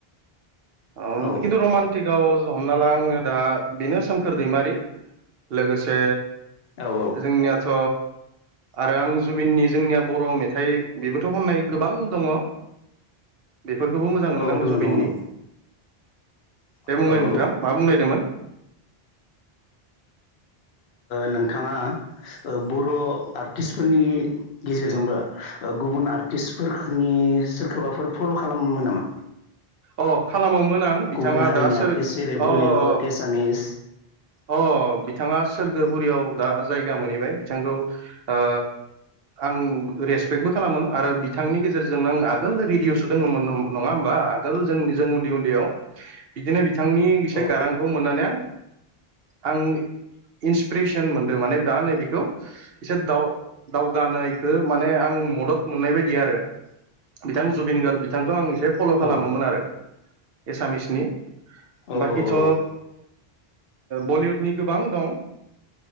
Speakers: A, on the right (about 70°); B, on the left (about 65°).
A: ओ
B: औ
A: खिन्थु रमान्टिकआव हमना ला आङो दा बेनो सोमखोर दैमारि लोगोसे
B: औ
A: जोंनियाथ' आरो आं जुबिननि जोंनिया बर' मेथाइ बेबोथ' खननाय गोबां दङ। बेफोरखौबो मोजां
B: औ
A: मोनो
B: औ
A: आं
B: दङ
A: जुबिननि
B: दङ दङ
A: दे
B: औ
A: बुंलाय
B: औ
A: नोंथां मा बुंनोनायदोंमोन।
B: नोंथाङा बर' आर्टिस्टफोरनि गेजेरजोंबो गुबुन आर्टिस्टफोरनि सोरखौबाफोर फल' खालामो नामा?
A: अ खालामोमोन आं बिथाङा
B: गुबुन हारिनि
A: दा सोर
B: आर्टिस्ट
A: अ
B: जेरै बलिउड
A: अ
B: एसामिस
A: अ बिथाङा सोरगोफुरियाव दा जायगा मोनहैबाय। बिथांखौ ओ आं रेसपेक्टबो खालामोन आरो बिथांनि गेजेरजोंनो आं आगोल रेडिय'सो दङमोन नङा होमबा आगोल जों जों उन्दै उन्दैयाव बिदिनो बिथांनि इसे
B: औ
A: गारांखौ मोननानै आं आं इन्सपिरेसन मोनदों माने दा नैबेखौ एसे दाव दावगानायखौ माने आं मदद मोननाय बायदि आरो बिथां जुबिन गार्ग बिथांखौ आं फल'
B: औ
A: खालामोमोन आरो एसामिसनि
B: औ
A: बाखिथ'
B: औ
A: बलिउडनि गोबां दं।